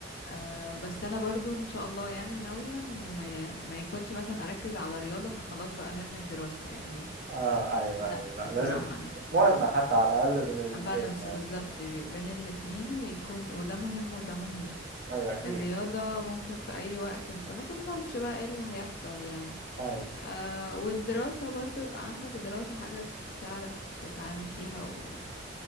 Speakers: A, on the left; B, on the right.
A: أه بس انا برضو ان شاء الله يعني ناوية ان ما, ي... ما يكونش مثلا اركز على رياضة فخلاص بقى نرمي الدراسة يعني
B: اه ايوه
A: لا
B: ايوه لا
A: بصراحة
B: لازم
A: انا
B: موازنة حتى على الأقل بين الاتنين
A: بالانس
B: يعني
A: بالظبط بين الاتنين ويكون وده مهم وده مهم
B: ايوه اكيد
A: الرياضة ممكن في أي وقت انت ما تضمنش بقى ايه اللي هيحصل يعني
B: ايوه
A: آه والدراسة برضو يبقى عندك دراسة حاجة ت- تعرف تتعامل فيها و...